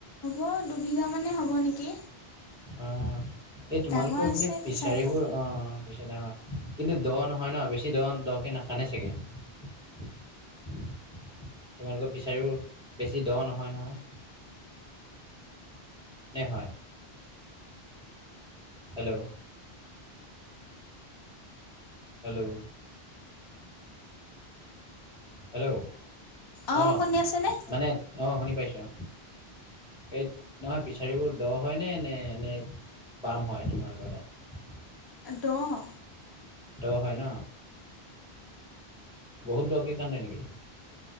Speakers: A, on the left; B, in the centre.
A: হ দুবিঘা মানে হ'ব নেকি।
B: অ' এই তোমালোকৰ
A: ডাঙৰ
B: পিনে
A: আছে
B: পিছাৰিবোৰ
A: ফিচাৰীটো
B: অ' পিছাৰ ডাঙৰ কিন্তু দ নহয় ন বেছি দ দকে নখানে চাগে তোমালোকৰ ফিচাৰিবোৰ বেছি দ নহয় নহয়? নে হয়? হেল্ল', হেল্ল' হেল্ল',
A: অঁ
B: আহ
A: শুনি আছেনে
B: মানে আহ শুনি পাইছো। এইত নহয় ফিচাৰীবোৰ দ হয় নে? নে এনেই? বাম হয় তোমালোকৰ তাত।
A: দহ
B: দ হয় ন বহুত দৰকে কান্দে নেকি?